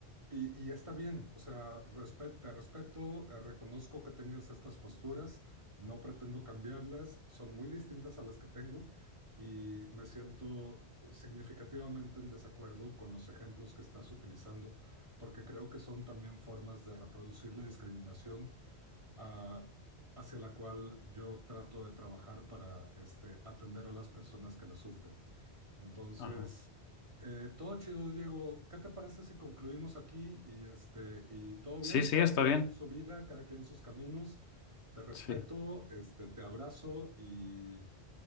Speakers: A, on the right; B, on the left.
A: y, y está bien, o sea, respet- te respeto, eh, reconozco que tengas estas posturas, no pretendo cambiarlas, son muy distintas a las que tengo y me siento significativamente en desacuerdo con los ejemplos que estás utilizando, porque creo que son también formas de reproducir la discriminación ah, hacia la cual yo trato de trabajar para este, atender a las personas que la sufren. Entonces,
B: ajá.
A: eh, todo chido, Diego. ¿Qué te parece si concluimos aquí y este y todo
B: Sí,
A: bien?
B: sí,
A: Cada
B: está
A: quien
B: bien.
A: su vida, cada quien sus caminos. Te respeto,
B: Sí,
A: este, te abrazo y